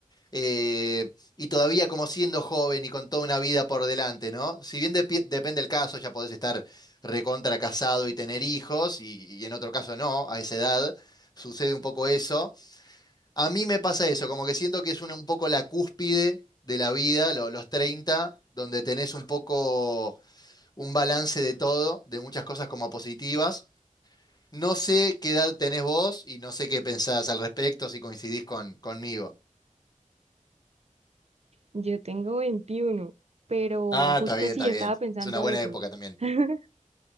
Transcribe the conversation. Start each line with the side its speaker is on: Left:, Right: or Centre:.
Left: eh, y todavía como siendo joven y con toda una vida por delante, ¿no? Si bien depi- depende el caso, ya podés estar recontra casado y tener hijos, y, y en otro caso no, a esa edad sucede un poco eso. A mí me pasa eso, como que siento que es un, un poco la cúspide de la vida, lo- los 30 donde tenés un poco un balance de todo, de muchas cosas como positivas. No sé qué edad tenés vos y no sé qué pensás al respecto, si coincidís con, conmigo.
Right: Yo tengo veintiuno pero
Left: Ah,
Right: justo
Left: está bien,
Right: sí
Left: está bien.
Right: estaba pensando
Left: Es una buena
Right: eso.
Left: época también.
Right: <laughs>